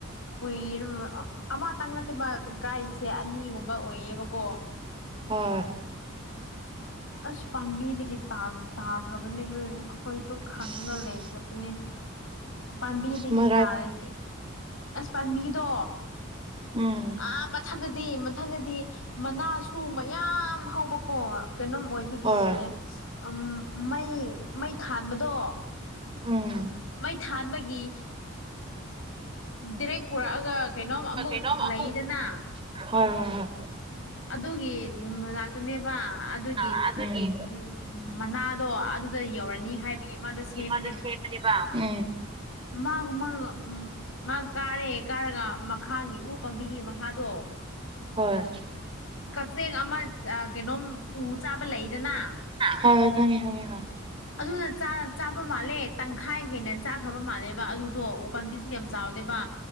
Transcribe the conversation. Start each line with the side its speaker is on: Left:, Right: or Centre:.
Left: ꯎꯨꯏꯔ ꯑꯥ ꯑꯇꯥꯡꯅꯠꯇꯕ ꯀꯥꯏꯁꯦ ꯑꯅꯤꯒꯨꯝꯕ ꯑꯣꯏꯌꯦꯕꯀꯣ
Right: ꯍꯣꯏ
Left: ꯑꯁ ꯄꯥꯝꯕꯤꯗꯒꯤ ꯇꯥꯈ꯭ꯔꯕꯅꯦꯕ ꯑꯩꯈꯣꯏꯁꯨ ꯈꯪꯉ
Right: ꯑꯁ
Left: ꯂꯩꯈ꯭ꯔ ꯏꯅꯦ ꯄꯥꯝꯕꯤꯗꯒꯤ
Right: ꯃꯔꯥꯏ
Left: ꯇꯥꯔꯗꯤ ꯑꯁ ꯄꯥꯝꯕꯤꯗꯣ
Right: ꯎꯝ
Left: ꯑ ꯃꯊꯛꯇꯗꯤ ꯃꯊꯛꯇꯗꯤ ꯃꯅꯥꯁꯨ ꯃꯌꯥꯝ ꯍꯧꯕꯀꯣ ꯀꯩꯅꯣꯝ ꯑꯣꯏꯕꯒꯤ
Right: ꯍꯣꯏ
Left: ꯑꯦ ꯎꯝ ꯃꯩ ꯃꯩ ꯊꯥꯟꯕꯗꯣ
Right: ꯎꯝ
Left: ꯃꯩ ꯊꯥꯟꯕꯒꯤ ꯗꯦꯔꯦꯛ ꯄꯨꯔꯛꯑꯒ ꯀꯩꯅꯣꯝ ꯑꯃꯨꯛ
Right: ꯀꯩꯅꯣꯝ ꯑꯃꯨꯛ
Left: ꯂꯩꯗꯅ
Right: ꯍꯣꯏ ꯍꯣꯏ ꯍꯣꯏ
Left: ꯑꯗꯨꯒꯤ ꯃꯅꯥꯛꯇꯅꯦꯕ ꯑꯗꯨꯒꯤ
Right: ꯑꯥ ꯑꯗꯨꯒꯤ
Left: ꯎꯝ ꯃꯅꯥꯗꯣ ꯑꯗꯨꯗ ꯌꯧꯔꯅꯤ ꯍꯥꯏꯕꯒꯤ ꯃꯥꯗꯣ ꯁꯦꯝꯃꯦ
Right: ꯁꯦꯕꯗꯤ ꯋꯥ ꯎ
Left: ꯃꯥꯒ ꯃꯥꯒ ꯎꯝ ꯃꯥ ꯀꯥꯔꯦ ꯀꯥꯔꯒ ꯃꯈꯥꯒꯤ ꯎꯃꯨ ꯄꯥꯝꯕꯤꯒꯤ ꯃꯈꯥꯗꯣ
Right: ꯍꯣꯏ
Left: ꯀꯛꯆꯤꯡ ꯑꯃ ꯀꯩꯅꯣꯝ ꯎ ꯆꯥꯕ ꯂꯩꯗꯅ
Right: ꯍ ꯍꯣꯏ ꯊꯉꯦ ꯊꯉꯦ ꯍ
Left: ꯑꯗꯨꯅ ꯆꯥꯕ ꯃꯥꯜꯂꯦ ꯇꯪꯈꯥꯏ ꯍꯦꯟꯅ ꯆꯥꯈ꯭ꯔꯕ ꯃꯥꯜꯂꯦꯕ ꯑꯗꯨ ꯗꯣ ꯎꯄꯥꯝꯕꯤꯁꯨ ꯌꯥꯝ ꯆꯥꯎꯗꯦꯕ